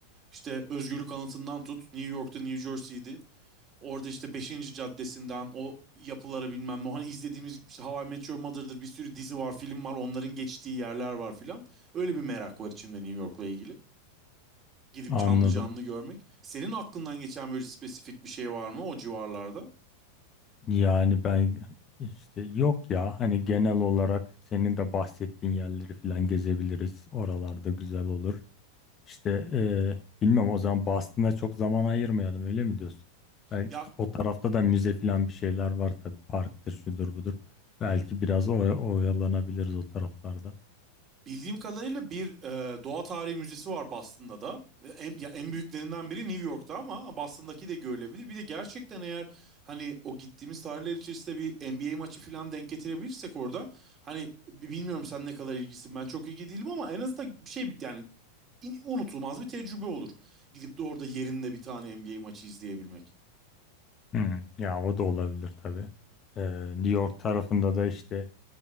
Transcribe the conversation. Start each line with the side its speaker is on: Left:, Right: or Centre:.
Right: İşte Özgürlük Anıtı'ndan tut, New York'ta New Jersey'di. Orada işte beşinci Caddesi'nden o yapılara bilmem ne. Hani izlediğimiz işte How I Met Your Mother'dır bir sürü dizi var, film var. Onların geçtiği yerler var filan. Öyle bir merak var içimde New York'la ilgili. Gidip
Left: Anladım.
Right: canlı canlı görmek. Senin aklından geçen böyle spesifik bir şey var mı o civarlarda?
Left: Yani ben işte yok ya hani genel olarak senin de bahsettiğin yerleri falan gezebiliriz. Oralarda güzel olur. İşte e, bilmem o zaman Boston'a çok zaman ayırmayalım öyle mi diyorsun? Belki
Right: Ya
Left: o tarafta da müze falan bir şeyler var tabii parktır şudur budur. Belki biraz oy- oyalanabiliriz o taraflarda.
Right: Bildiğim kadarıyla bir e, doğa tarihi müzesi var Boston'da da. E, En, ya en büyüklerinden biri New York'ta ama Boston'daki de görülebilir. Bir de gerçekten eğer hani o gittiğimiz tarihler içerisinde bir NBA maçı falan denk getirebilirsek orada hani bilmiyorum sen ne kadar ilgisin ben çok ilgi değilim ama en azından bir şey bir- yani in- unutulmaz bir tecrübe olur. Gidip de orada yerinde bir tane NBA maçı izleyebilmek.
Left: Hmm, ya o da olabilir tabii. E, New York tarafında da işte